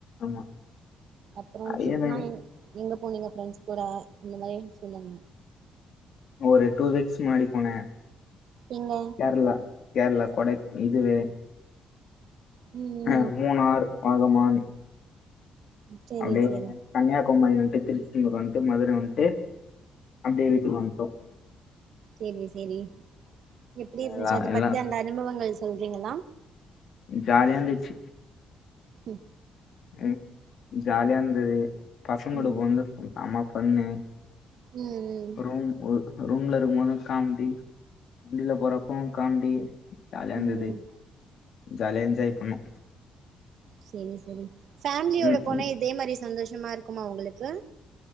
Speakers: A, on the left; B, on the right.
A: ஆமா
B: அப்பறோ
A: அரியர்
B: ட்ரிப்லா எங் எங்க போனீங்க ஃப்ரெண்ட்ஸ் கூட இந்த மாரிலா சொல்லுங்க
A: ஒரு டூ வீக்ஸ் முன்னாடி போனே
B: எங்க
A: கேரளா கேரளா கொடைக் இதுவு
B: ம்
A: அ மூணார், ஆகமான்
B: செரி
A: அப்டியே
B: செரி
A: கன்யாகுமரி வந்ட்டு திருச்செந்தூர் வந்ட்டு மதுர வந்ட்டு அப்டியே வீட்டுக் வந்ட்டோ
B: சேரி சேரி எப்டி இருந்துச்சு
A: எல்லா
B: அத
A: எல்லா
B: பத்தி அந்த அனுபவங்கள் சொல்றீங்களா
A: ம் ஜாலியா இர்ந்துச்சி
B: ம்
A: ம் ஜாலியா இருந்தது பசங்களோட
B: ம்
A: போந்து சம்ம பண்ணு
B: ம் ம்
A: ரூம் ஒ ரூம்ல இருக்கும்போது காமெடி வண்டில போறப்பவு காமெடி ஜாலியா இருந்தது
B: ம்
A: ஜாலியா என்ஜாய் பண்ணோ
B: சேரி சேரி ஃமிலியோட
A: ம்
B: போனா
A: ம்
B: இதே மாரி சந்தோஷமா இருக்குமா உங்களுக்கு